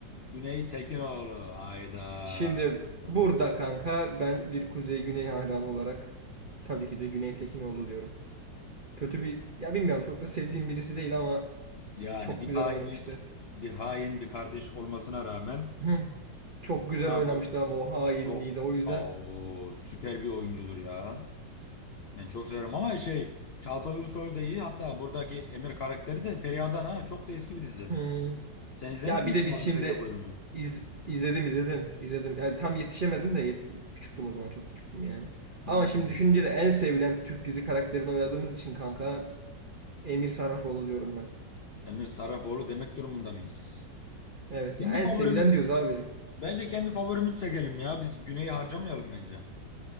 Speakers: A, on the left; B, on the right.
A: Güney Tekinoğlu. Hayda.
B: Şimdi
A: Aa.
B: burada kanka ben bir Kuzey Güney hayranı olarak tabii ki de Güney Tekinoğlu diyorum. Kötü bir ya bilmiyorum çok da sevdiğim birisi değil ama
A: Yani
B: çok
A: bir
B: güzel
A: hainlik,
B: oynamıştı.
A: bir hain bir kardeş olmasına rağmen
B: Hı. Çok güzel
A: ne yapalım?
B: oynamıştı ama o hainliği
A: Çok.
B: de o yüzden
A: Aa, süper bir oyuncudur ya. Ben çok severim ama şey Çağatay Ulusoy da iyi. Hatta buradaki Emir karakteri de Feriha'dan ha. Çok da eski bir dizi.
B: hı.
A: Sen izlemiş
B: Ya
A: miydin
B: bir de biz
A: Nazım
B: şimdi
A: Feriha Koyun'u?
B: iz, izledim izledim izledim. Yani tam yetişemedim de yet- küçüktüm o zaman çok küçüktüm yani.
A: Hmm.
B: Ama şimdi düşününce de en sevilen Türk dizi karakterini oynadığımız için kanka Emir Sarrafoğlu diyorum ben.
A: Emir Sarrafoğlu demek durumunda mıyız?
B: Evet
A: Kendi
B: ya en
A: favorimizi
B: sevilen diyoruz abi
A: bence kendi favorimizi çekelim ya. Biz Güney'i harcamayalım bence.